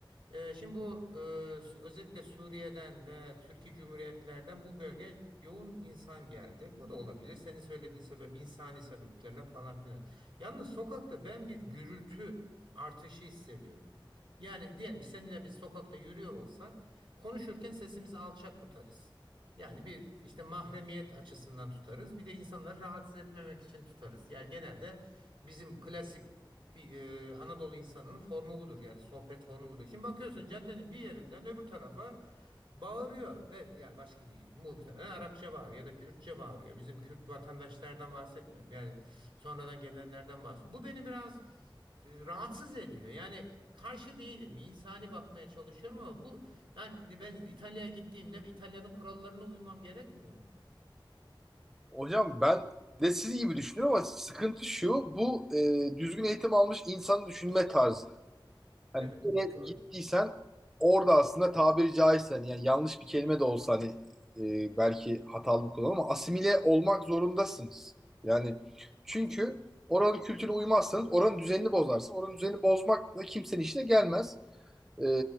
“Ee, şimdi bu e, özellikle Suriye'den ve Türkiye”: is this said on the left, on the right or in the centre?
Right